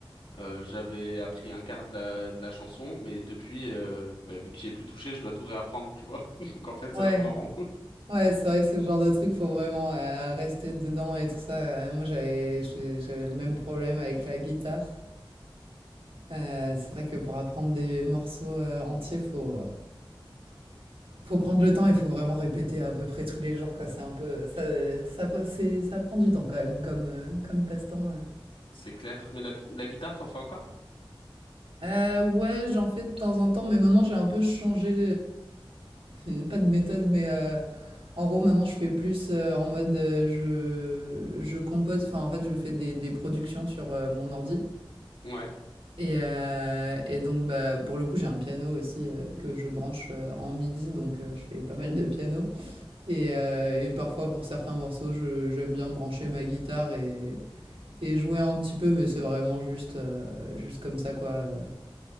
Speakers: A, on the left (about 75°); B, on the right (about 75°).
A: Euh, j'avais appris un quart de la, de la chanson, mais depuis, euh, bah, vu que j'y ai plus touché, je dois tout réapprendre, tu vois. <laughs> Donc en fait
B: Ouais,
A: ça tourne en rond,
B: ouais, c'est vrai que ce genre de truc, faut vraiment euh, rester dedans et tout ça. Euh, Moi, j'avais, j'ai- j'avais le même problème avec la guitare. Euh, c'est vrai que pour apprendre des morceaux euh, entiers, faut, Faut prendre le temps il faut vraiment répéter à peu près tous les jours, quoi. C'est un peu. Ça, ça, c'est- ça prend du temps quand même, comme, euh, comme passe-temps. euh.
A: <laughs> c'est clair. Mais la, bi- la guitare, t'en fais encore?
B: Euh, ouais, j'en fais de temps en temps, mais maintenant j'ai un peu changé. euh, <laughs> Pas de méthode, mais euh, en gros, maintenant je fais plus euh, en mode euh, je, je compose. Enfin, en fait, je fais des, des productions sur euh, mon ordi.
A: Ouais.
B: Et, euh, et donc, bah, pour le coup, j'ai un piano aussi euh, que je branche euh, en MIDI, donc euh, je fais pas mal de piano. Et, euh, et parfois, pour certains morceaux, je- j'aime bien brancher ma guitare et, et jouer un petit peu, mais c'est vraiment juste, euh, juste comme ça, quoi. Euh,